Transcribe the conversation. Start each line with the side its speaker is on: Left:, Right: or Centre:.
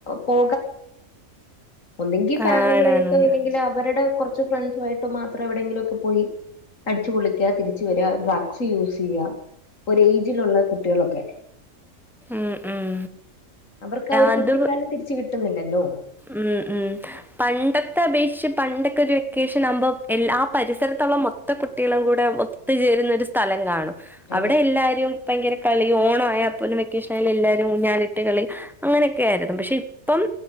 Left: പോ ഒന്നങ്കിൽ ഫാമിലി
Centre: ആണാണ്
Left: ആയിട്ടോ ഇല്ലെങ്കിൽ അവടെ കുറ ഫ്രണ്ട്സായിട്ട് മാത്രം എവിടെങ്കിലും ഒക്കെ പോയി അടിച്ചു പൊളിക്കുക തിരിച്ച വരിക ഡ്രഗ്സ് യൂസ് ചെയ്യുക ഒ ഏജിലുള്ള കുട്ടികളൊക്കെ
Centre: ഉ ഉം
Left: അവർക്കാ ഒരു
Centre: അത്
Left: കുട്ടിക്കാലം തിരിച്ച് കിട്ട്ന്നില്ലല്ലൊ
Centre: ഉം ഉം പണ്ടത്തെ അപേഷ്ച്ച് പണ്ടൊക്കൊര് വെക്കേഷനാവുമ്പൊ. എല്ല ആഹ് പരിസരത്ത്ള്ള മൊത്തം കുട്ടീളും കൂടെ ഒത്ത് ചേരുന്ന ഒരു സ്ഥലം കാണും അവിടെ
Left: അതെ
Centre: എല്ലാരും ഭയങ്കര കളി ഓണ ആയാപ്പോലും വെക്കേഷൻ ആയാല എല്ലാരും ഊഞ്ഞാാലിട്ട് കളി അങ്ങനെയൊക്കെ ആയിരുന്നു പക്ഷെ ഇപ്പം